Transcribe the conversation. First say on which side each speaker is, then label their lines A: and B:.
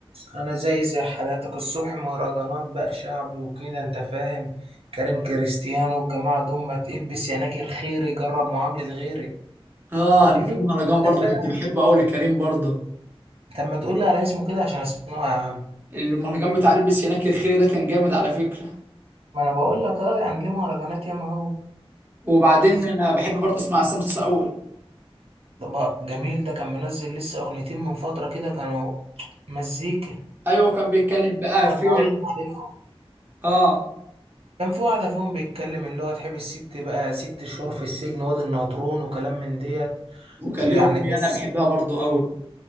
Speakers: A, on the right; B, on the right.
A: انا زي زي حالاتك الصبح مهرجانات بقى شعب وكده انت فاهم كريم كريستيانو والجماعه دول ما تلبس يناكر خيري جرب معاملة غيري
B: اه
A: وبالليل
B: انا في المهرجان برضو
A: انت فاهم
B: كنت بحبه قوي لكريم برضو
A: طب ما تقول لي على اسمه كده عشان اسمعه يا عم
B: المهرجان بتاع البس هناك الخيري ده كان جامد على فكرة
A: ما انا بقول لك اه يعني ليه مهرجانات ياما هو
B: وبعدين
A: شوف
B: انا بحب برضو اسمع عصام صاصا قوي
A: طب جميل ده كان منزل لسه اغنيتين من فترة كده كانوا مزيكا
B: ايوه كان بيتكلم بقى
A: ولا
B: في
A: اقول لك عليهم
B: اه
A: كان في واحدة فيهم بيتكلم اللي هو تحب الست بقى ست شهور في السجن وادي النطرون وكلام من ديت
B: وكان
A: يعني
B: ليه اغنية
A: بس
B: انا بحبها برضو قوي